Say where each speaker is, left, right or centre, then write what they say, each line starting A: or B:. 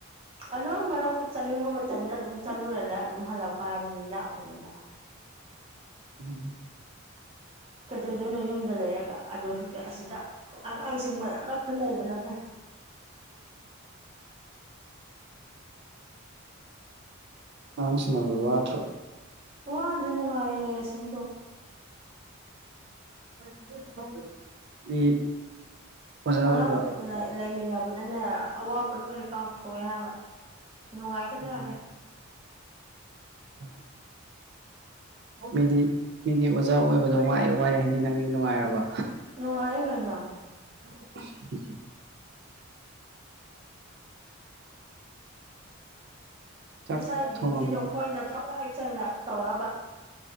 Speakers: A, on the right (about 25°); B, on the right (about 50°).
A: ꯑꯗꯨꯝ ꯃꯔꯛꯇ ꯆꯠꯅꯤꯡꯕ ꯃꯇꯝꯗ ꯑꯗꯨꯝ ꯆꯠꯂꯨꯔꯦꯅ ꯑꯗꯨꯝ ꯍꯜꯂꯛꯄ ꯍꯥꯏꯕꯗꯨꯅꯤ ꯅꯛꯑꯕꯅꯤꯅ
B: ꯎꯝ
A: ꯀꯩꯗꯧꯗꯣꯏꯅꯣ ꯌꯨꯝꯗ ꯂꯩꯔꯒ ꯑꯗꯨꯁꯨꯛꯇꯤ ꯑꯁꯤꯗ ꯑꯉꯥꯡꯁꯤꯡ ꯃꯅꯥꯛꯇ ꯂꯩꯕꯅ ꯐꯩ
B: ꯑꯉꯥꯡ ꯁꯤꯟꯅꯕꯗꯣ ꯋꯥꯗ꯭ꯔꯣ
A: ꯋꯥꯗꯦ ꯅꯨꯡꯉꯥꯏꯌꯦ ꯑꯁꯨꯝ
B: <unintelligible> ꯑꯣꯏꯕ
A: ꯑꯉꯥꯡꯁꯤꯡ ꯂꯩ ꯂꯩꯃꯤꯟꯅꯕꯗꯅꯦ ꯑꯋꯥꯕ ꯂꯣꯏꯅ ꯀꯥꯎꯊꯣꯛꯑꯦ ꯍꯥꯏꯕ ꯅꯨꯡꯉꯥꯏꯈ꯭ꯔꯖꯥꯠꯅꯦ
B: ꯎꯝ <unintelligible> ꯃꯤꯗꯤ ꯃꯤꯗꯤ ꯑꯣꯖꯥ ꯑꯣꯏꯕꯗ ꯋꯥꯏꯑꯦ ꯋꯥꯏꯑꯦ ꯍꯥꯏꯅꯩ ꯅꯪꯗꯤ ꯅꯨꯡꯉꯥꯏꯔꯕ
A: ꯅꯨꯡꯉꯥꯏ ꯀꯩꯅꯣ
B: <inaudible> ꯆꯥꯛ
A: ꯏꯁꯥꯏ ꯗ꯭ꯌꯨꯇꯤꯗꯣ
B: ꯊꯣꯡꯉꯝ
A: ꯑꯩꯈꯣꯏꯅ ꯊꯋꯥꯏ ꯆꯪꯅ ꯇꯧꯔꯕ